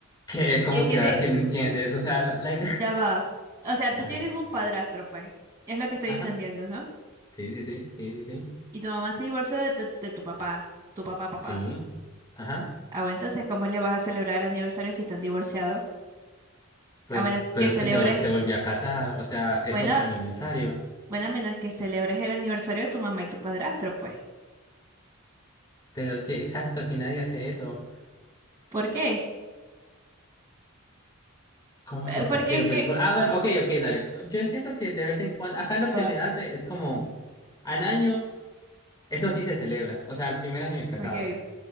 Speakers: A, on the left; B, on the right.
A: que como
B: que tiene,
A: que ahora sí no entiendes, o sea, la, la idea,
B: ya va. O sea,
A: <laughs> dale,
B: tú tienes un padrastro, pues. Es lo que estoy
A: ajá.
B: entendiendo, ¿no?
A: Sí, sí, sí, sí, sí, sí.
B: Y tu mamá se divorció de, de- de tu papá, tu papá, papá.
A: Sí. Ajá.
B: Ah, bueno, entonces, ¿cómo le vas a celebrar el aniversario si están divorciados?
A: Pues,
B: A menos
A: pero
B: que
A: es
B: celebres,
A: que se, vol- se volvió a casar, o sea, es
B: bueno,
A: otro aniversario.
B: bueno, a menos que celebres el aniversario de tu mamá y tu padrastro, pues.
A: Pero es que, exacto, aquí nadie hace eso.
B: ¿Por qué?
A: ¿Cómo
B: Pe-
A: que por
B: Porque
A: qué?
B: es
A: Pues,
B: que
A: bu- ah, bueno, ok, ok, dale. Yo entiendo que de vez en cuando, acá
B: Ya
A: lo que
B: va.
A: se hace es como al año, eso sí se celebra, o sea, al primer año de casados.
B: Ok.